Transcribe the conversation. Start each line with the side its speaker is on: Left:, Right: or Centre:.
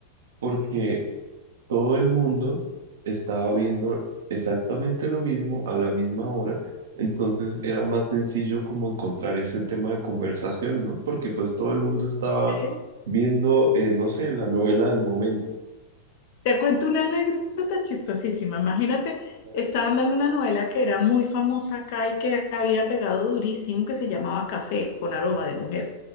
Right: porque todo el mundo estaba viendo exactamente lo mismo a la misma hora, entonces era más sencillo como encontrar ese tema de conversación, ¿no? Porque pues todo el mundo estaba
Left: Sí.
Right: viendo, eh, no sé, la novela del momento.
Left: Te cuento una anécdota chistosísima. Imagínate,
Right: Ay,
Left: estaban dando una novela que era muy famosa acá y que había pegado durísimo, que se llamaba Café con aroma de mujer.